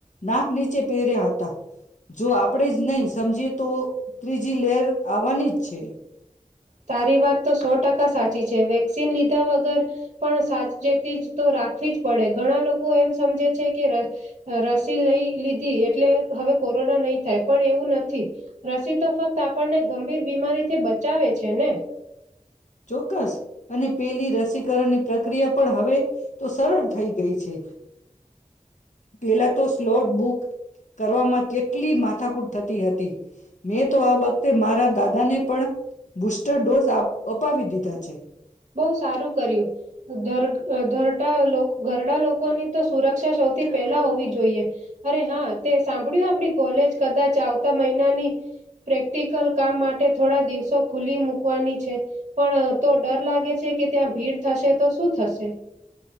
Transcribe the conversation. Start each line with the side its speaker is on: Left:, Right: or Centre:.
Left: નાક નીચે પહેર્યા હતા. જો આપડે જ નઈ સમજીએ તો ત્રી જી લેર આવાની જ છે.
Right: તારી વાત તો સો ટકા સાચી છે. વેક્સિન લીધા વગર પણ સાચચેતી જ તો રાખવી જ પડે. ઘણા લોકો એમ સમજે છે કે, ર રસી લઈ લીધી એટલે હવે કોરોના નહી થાય. પણ, એવું નથી રસી તો ફક્ત આપણને ગંભીર બીમારીથી બચાવે છે ને.
Left: ચોક્કસ. અને પેલી ર સીકરણ ની પ્રક્રિયા પણ હવે તો સરળ થઈ ગઈ છે. પેલા તો સ્લોટ બુક કરવામાં કેટલી મા થાકૂટ થતી હતી. મેં તો આ વખતે મારા દાદાને પણ બૂસ્ટર ડોઝ આપ અપાવી દીધા છે.
Right: બઉુ સારું કર્યું. ધર્ગ અ ધરડા લોક ઘરડા લોકોની તો સુરક્ષા સૌથી પહેલા હોવી જોઈએ. અરે હા, તે સાંભળ્યું આપણી કોલેજ કદાચ આવતા મહિનાની પ્રેક્ટિકલ કામ માટે થોડા દિવસો ખુલી મૂકવાની છે. પણ તો ડર લાગે છે કે, ત્યાં ભીડ થશે તો શું થશે?